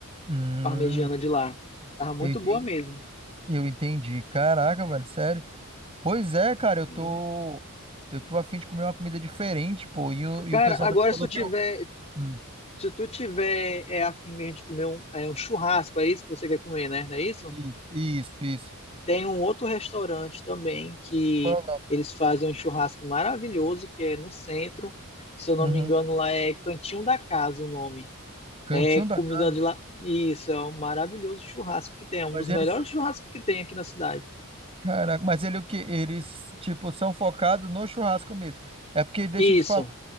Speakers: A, on the right (about 25°); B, on the left (about 30°).
A: Hum,
B: Parmegiana de lá. Tava muito
A: eu entendi,
B: boa mesmo.
A: eu entendi. Caraca, velho, sério. Pois é, cara, eu tô.
B: Hum.
A: Eu tô a fim de comer uma comida diferente, pô. E o, e
B: Cara,
A: o pessoal
B: agora
A: também falou
B: se tu
A: que
B: tiver
A: eu. Hum,
B: Se tu tiver é, afim mesmo de comer um, é, um churrasco, é isso que você quer comer, né? Não é isso?
A: Isso, isso, isso.
B: Tem um outro restaurante também que
A: Qual é
B: eles fazem um churrasco maravilhoso, que é no centro. Se eu não
A: o nome?
B: me engano,
A: Uhum.
B: lá é Cantinho da Casa o nome.
A: Cantinho
B: É comida
A: da casa.
B: de lá. Isso, é um maravilhoso churrasco que tem. É um
A: Mas
B: dos
A: eles.
B: melhores churrascos que tem aqui na cidade.
A: Caraca, mas ele o quê? Eles, tipo, são focados no churrasco mesmo. É porque, deixa
B: Isso.
A: eu te falar,